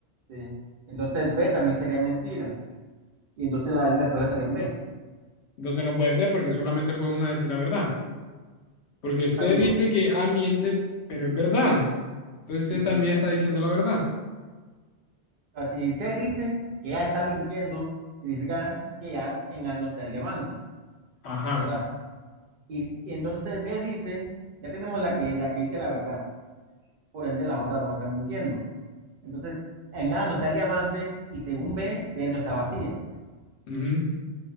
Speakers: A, on the right; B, on the left.
A: sí. Entonces B también sería mentira. Y entonces la del espejo estaría en B.
B: Entonces no puede ser porque solamente puede uno decir la verdad. Porque C
A: Ya digo,
B: dice que A miente, pero es verdad. Entonces C
A: mm,
B: también está diciendo la verdad.
A: así se dice que ya está mintiendo, significa que ya en A no está el diamante,
B: Ajá.
A: ¿verdad? Y, y entonces B dice, ya tenemos la que, la que dice la verdad, por ende las otras dos están mintiendo. Entonces en A no está el diamante y según B, C no está vacía.
B: ujú.